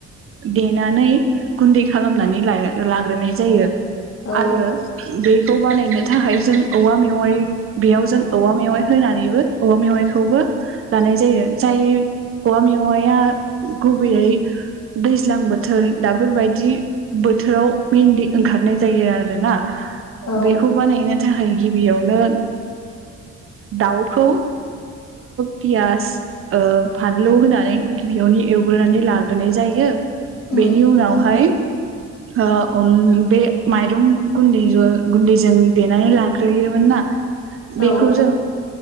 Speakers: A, on the right; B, on the left.
A: देनानै गुन्दै खालामनानै लाग्रोनाय जायो।
B: औ
A: आरो। बेखौ बानायनो थाखाय जों औवा मेवाइ बेयाव जों औवा मेवाइ होनानैबो औवा मेवाइखौबो लानाय जायो जाय औवा मेवाया गुबैयै दैज्लां बोथोर दाफोरबायायदि बोथोराव मनलि ओंखारनाय जायो आरोना। बेखौ
B: औ
A: बानायगोन। थाखाय गिबियावनो दाउखौ पियास फानलौ होनानै गिबियावनो एवग्रोनानै लाग्रोनाय जायो।
B: उम
A: बेनि उनावहाय। अ बे माइरं। गुन्दै ज गुन्दैजों देनानै लाग्रोयोमोन ना।
B: औ
A: बेखौ जों।